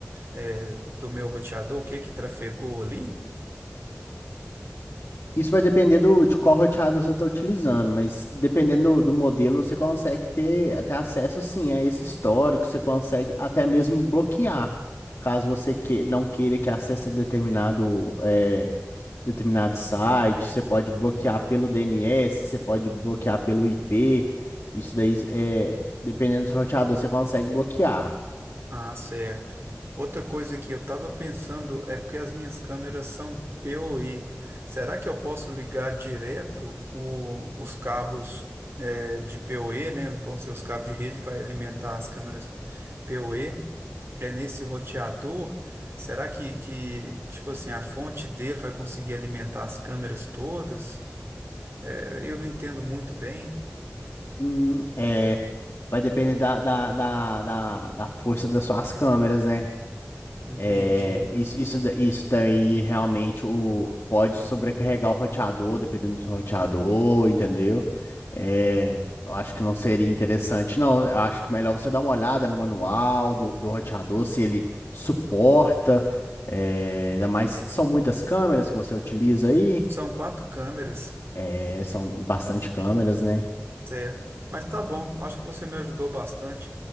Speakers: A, on the right; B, on the left.
A: eh, do meu roteador, o que que trafegou ali?
B: Isso vai depender do, de qual roteador você está utilizando, mas dependendo do, do modelo, você consegue ter até acesso sim a esse histórico, você consegue até mesmo bloquear, caso você que, não queira que acesse determinado, é, determinado site, você pode bloquear pelo DNS, você pode bloquear pelo IP, isso daí, é, dependendo do roteador, você consegue bloquear.
A: Ah, certo. Outra coisa que eu estava pensando é porque as minhas câmeras são PoE. Será que eu posso ligar direto o- os cabos eh, de PoE, né? Vão ser os cabos de rede, vai alimentar as câmeras PoE é nesse roteador. Será que, que, tipo assim, a fonte dele vai conseguir alimentar as câmeras todas? É, eu não entendo muito bem.
B: Hum, é, vai depender da, da, da, da da força das suas câmeras, né?
A: Entendi.
B: É, isso, isso, da- isso daí realmente o, pode sobrecarregar o roteador, dependendo do roteador, entendeu? É, eu acho que não seria interessante, não. Eu acho que melhor você dar uma olhada no manual do, do roteador, se ele suporta. É, ainda mais, são muitas câmeras que você utiliza aí.
A: São quatro câmeras,
B: É, são bastante câmeras, né?
A: certo? Mas tá bom, acho que você me ajudou bastante.